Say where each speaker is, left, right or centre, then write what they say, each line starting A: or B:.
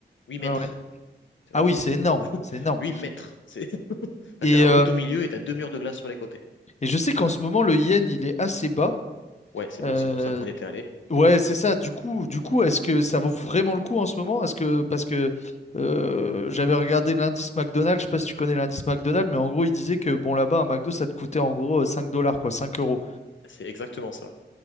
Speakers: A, on the left; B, on the left.
A: Huit
B: ouais,
A: mètres.
B: ouais.
A: Tu
B: Ah
A: vois,
B: oui,
A: c'est
B: c'est énorme, c'est énorme.
A: 8 mètres. C'est, <laughs>
B: Et,
A: t'as la
B: euh,
A: route au milieu et t'as deux murs de glace sur les côtés.
B: et je sais qu'en ce moment, le yen, il est assez bas.
A: Ouais, c'est
B: Euh,
A: aussi pour ça qu'on y était allé.
B: ouais, c'est ça. Du coup, du coup, est-ce que ça vaut vraiment le coup en ce moment? Est-ce que parce que euh, j'avais regardé l'indice McDonald's, je sais pas si tu connais l'indice McDonald's, mais en gros, il disait que bon là-bas, un McDo, ça te coûtait en gros euh, 5 dollars, quoi, 5 euros.
A: C'est exactement ça.